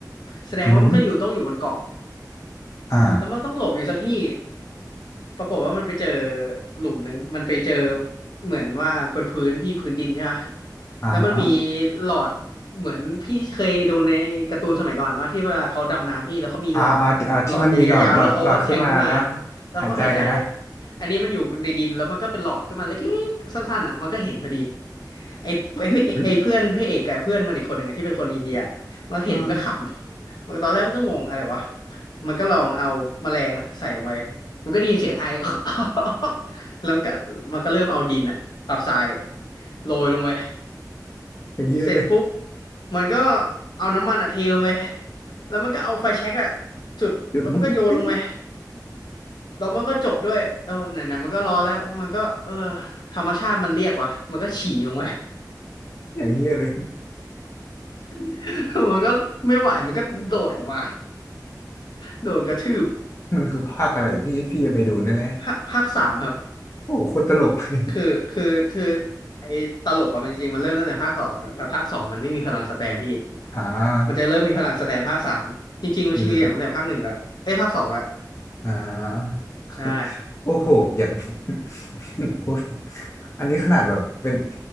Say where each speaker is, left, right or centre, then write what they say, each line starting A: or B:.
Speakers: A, on the left (about 75°); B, on the left (about 40°).
A: แสดงว่ามันก็อยู่ต้องอยู่บนเกาะ
B: อือหืออ่า
A: แล้วมันต้องหลบอยู่สักที่ ปรากฏว่ามันไปเจอหลุมหนึ่งมันไปเจอเหมือนว่าบนพื้นพี่พื้นดินใช่ปะ
B: อ่าฮะ
A: แล้วมันมีหลอดเหมือนพี่เคยดูในการ์ตูนสมัยก่อนว่าที่เวลาเขาดำน้ำพี่แล้วเขามีหลอดหลอดยาวๆแล้วเขาก็แทงขึ้นมา
B: อ่าอ่าอ่าที่มันมีหลอดหลอดหลอดขึ้นมาแล้ว
A: แล้วเขาหายใจอ่ะ
B: หายใจนะ
A: อันนี้มันอยู่ในดินแล้วมันก็เป็นหลอดขึ้นมาเล็กๆสั้นๆอ่ะมันก็เห็นพอดีไอ้ไอ้พระเอไอ้เพื่อนพระเอกกับเพื่อนมันอีกคนหนึ่งอะที่เป็นคนอินเดีย
B: อืม
A: มันเห็นมันก็ขำมันตอนแรกมันก็งงอะไรวะ
B: อ่า
A: มันก็ลองเอาแมลงอะใส่ลงไป มันก็ได้ยินเสียงไอ <laughs> แล้วมันก็มันก็เริ่มเอาดินอะกับทรายอะโรยลงไป
B: อย่างเงี้ยเลย
A: เสร็จปุ๊บมันก็เอาน้ำมันอะเทลงไปแล้วมันก็เอาไฟแช็กอะจุดแล้วมันก็โยนลงไป
B: หยุด
A: แล้วมันก็จบด้วยเออไหนๆมันก็ร้อนแล้วมันก็เออธรรมชาติมันเรียกว่ะมันก็ฉี่ลงไป
B: อย่างเงี้ยเลย
A: <laughs> มันก็ไม่ไหวมันก็โดดออกมาโดนกระทืบ
B: มันคือภาคอะไรพี่พี่จะไปดูแน่
A: ภาคภาคสามครับ
B: ๆโอ้โหโคตรตลกเลย
A: คือคือคือไอ้ตลกอะมันจริงๆมันเริ่มตั้งแต่ภาคสองอะแต่ภาคสองมันไม่มีพลังสแตนพี่
B: <laughs> อ่า
A: มันจะเริ่มมีพลังสแตนภาคสามจริงๆมันชิงเหลี่ยมตั้งแต่ภาคหนึ่งละเอ้ยภาคสองละ
B: อืมอ่า
A: ใช่
B: โอ้โหอย่าง <laughs> โคตรอันนี้ขนาดแบบเป็น